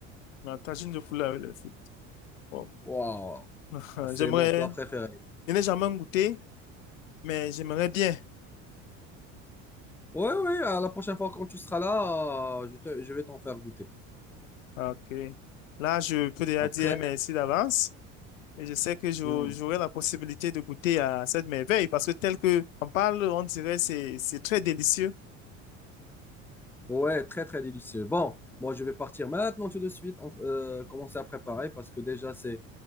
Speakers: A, on the left; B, in the centre.
A: La tagine de poulet avec les frites. Bon.
B: Waouh,
A: <laughs>
B: c'est
A: J'aimerais,
B: mon plat préféré.
A: je n'ai jamais goûté, mais j'aimerais bien.
B: Oui, oui, la prochaine fois quand tu seras là, euh, je te- je vais t'en faire goûter.
A: Ok. Là, je peux déjà
B: Après,
A: dire merci d'avance. Et je sais que j'au-
B: hmm,
A: j'aurai la possibilité de goûter à cette merveille parce que tel que on parle, on dirait c'est c'est très délicieux.
B: Ouais, très très délicieux. Bon, moi je vais partir maintenant tout de suite, entre- euh, commencer à préparer parce que déjà c'est,